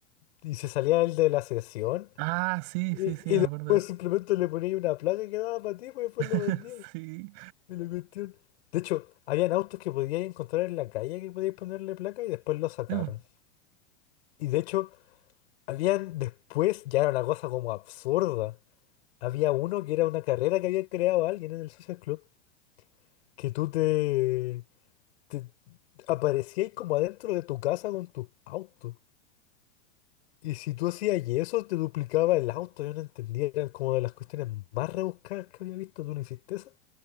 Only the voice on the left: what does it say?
y se salía el de la sesión.
Y,
y después
simplemente le poníais una placa que daba para ti, pues después
lo vendíais.
de la cuestión. De hecho, habían autos que podíais encontrar en la calle que podíais ponerle placa y después lo sacaron.
Y de hecho, habían después, ya era una cosa como absurda. Había uno que era una carrera que había creado alguien en el Social Club, que tú te, te aparecíais como adentro de tu casa con tus autos. Y si tú hacías eso, te duplicaba el auto. Yo no entendía, eran como de las cuestiones más rebuscadas que había visto. ¿Tú no hiciste eso?